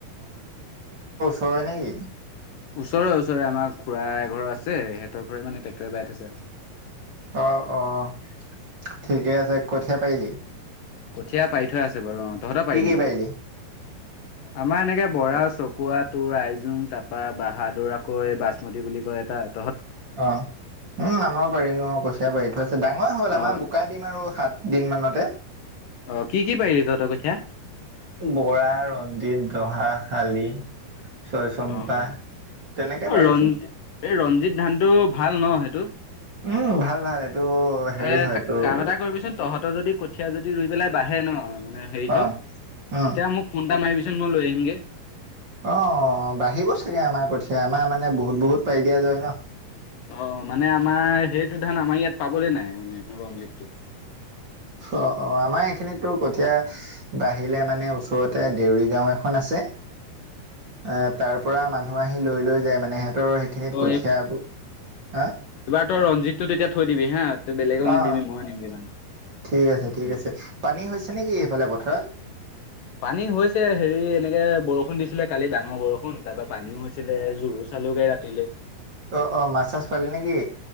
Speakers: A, on the right (about 35°); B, on the left (about 70°).
A: হয় নেকি।
B: ওচৰে ওচৰে আমাৰ খুড়াৰ এ ঘৰ আছে। সিহঁতৰ ঘৰে মানে টেক্টৰে বাই থৈছে আৰু।
A: অ'- অ' ঠিকে আছে কঠিয়া পাৰিলি।
B: কঠীয়া পাৰি থৈ আছে বাৰু অ তহঁত পাৰিলিম
A: কি কি
B: নে।
A: পাৰিলি
B: আমাৰ এনেকে বৰা চকুৱা তোৰ আইজোং তাপৰা বাহাদুৰ আকৌ এই বাচমতী বুলি কয় এতাক।
A: অ' উম আমৰ পাৰিলো অ' কছিয়া পাৰি থোৱা আছে ডাঙৰ হ'ল আমাৰ
B: অ',
A: বোকা দিম আৰু শাত দিন মানতে
B: অ' কি কি পাৰিলি তহঁতৰ কঠীয়া?
A: বৰা ৰঞ্জিত। জহা শালি চয়চম্পা
B: অ', অ'।
A: তেনেকে
B: অ
A: পাৰিছোঁ।
B: ৰঞ্জি এই ৰঞ্জিত ধানটো ভাল ন সেইটো।
A: উম ভাল ভাল। এইটো হেৰি
B: এ
A: হয় তোৰ
B: কাম এটা কৰিবিচোন তহঁত যদি কঠিয়া যদি ৰুই পেলাই বাঢ়ে ন মানে হেৰিটো
A: অ উম
B: তেতিয়া মোক ফোন এটা মাৰিবিচ। মই লৈ আহিমগে।
A: অ বাঢ়িব চাগে আমাৰ কঠীয়া আমাৰ মানে বহুত বহুত পাৰি দিয়া যায় হয় ন।
B: অ মানে আমাৰ সেইটো ধান আমাৰ ইয়াত পাবলৈ নাই মানে ৰঞ্জিতটো।
A: অ', অ আমাৰ এইখিনিত তো কঠীয়া বাহিলে মানে ওচৰতে দেউৰী গাও এখন আছে। অ তাৰ পৰা মানুহ আহি লৈ লৈ যায়। মানে সিহ ত' সেইখিনিত
B: অ
A: কঠিয়া বোৰ হা।
B: ত ৰঞ্জিতটো তেতিয়া থৈ দিবি হা। তই বেলেগক নিদিবি
A: অ
B: মই আনিমগে মানে
A: ঠিক আছে ঠিক
B: উম
A: আছে পানী হৈছে নেকি? ফালে পথাৰত।
B: পানী হৈছে হেৰি এনেকে বৰষুণ দিছিলে কালি ডাঙৰ বৰষুণ তাৰ পৰা পানীও হৈছিলে জুজ। চালু গায় ৰাতিলে।
A: অ অ মাছ চাছ পালি নেকি